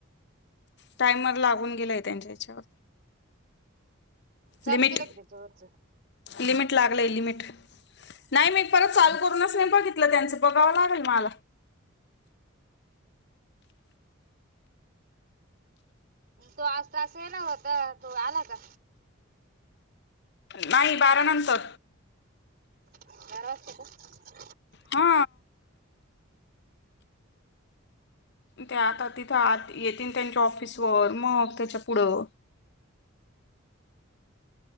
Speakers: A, on the left (about 55°); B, on the right (about 45°).
A: टायमर लागून गेलाय त्यांच्या याच्यावरती,
B: चालू
A: लिमिट
B: केलं की त्याच्या वरच
A: लिमिट लागलंय लिमिट. नाही मी एक परत चालू करूनच नाही बघितलं त्यांचं बघावं लागेल मला
B: तो आजता अस ये ना होता तू आला का.
A: नाही बारा नंतर
B: बारा वाजता का.
A: हा त्या आता तिथं येतील त्यांच्या ऑफिसवर मग त्याच्या पुढं